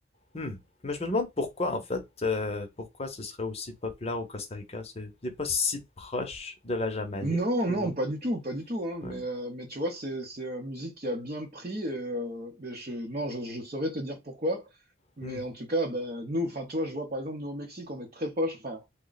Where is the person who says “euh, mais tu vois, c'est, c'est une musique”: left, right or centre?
Right